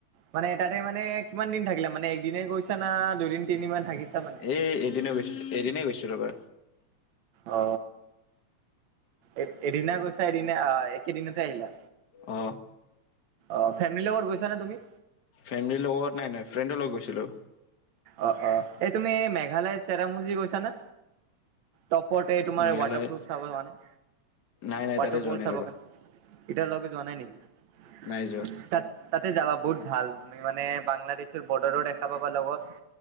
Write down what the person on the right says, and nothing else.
মানে তাতে মানে কিমান দিন থাকিলা মানে একদিনে গৈছা না দুদিন তিনিদিনমান থাকিছা মানে?
অ এ এদিনা কৈছা এদিনা আহ একেদিনতে আহিলা?
অ ফেমিলিৰ লগত গৈছা নে তুমি?
অ, এ এই তুমি মেঘালয় চেৰাপুঞ্জী গৈছা না? টপৰতে তোমাৰ
ৱাটাৰ প্ৰুফ চাবৰ কাৰণে
ৱাটাৰফল
চাবৰ
কাৰণে এতিয়ালৈকে যোৱা নাই নেকি?
তাত তাতে যাবা বহুত ভাল, তুমি মানে বাংলাদেশৰ বৰ্ডাৰো দেখা পাবা লগত